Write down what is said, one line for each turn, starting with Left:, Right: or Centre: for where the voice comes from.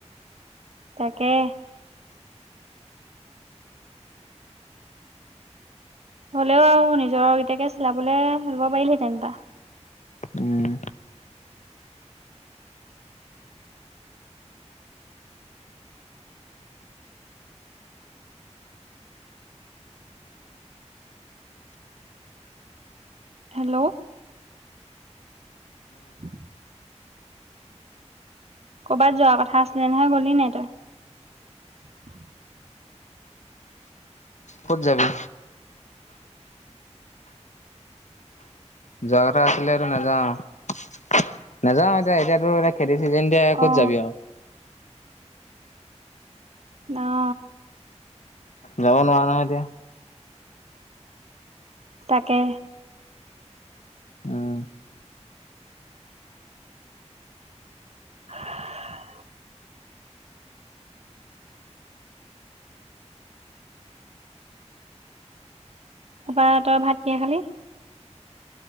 Right: তাকে। হ'লেও আৰু নিজৰ গিতাকে চিলাবলে ল'ব পাৰিলহেতেন বা।
Left: উম্।
Right: হেল্ল'। উ। কৰ'বাত যোৱাৰ কথা আছিলে নহয়, গ'লি নাই তই।
Left: ক'ত যাবি? যোৱা কথা আছিলে, এতিয়া নাযাওঁ আৰু। নাযাওঁ এতিয়া, এতিয়াতোৰ এ খেতিৰ চিজেন যে
Right: অ
Left: ক'ত যাবি আৰু।
Right: ন অ'।
Left: যাব নোৱাৰ নহয় এতিয়া।
Right: তাকে।
Left: উম্।
Right: সা তাৰপা, তই ভাত কিহে খালি?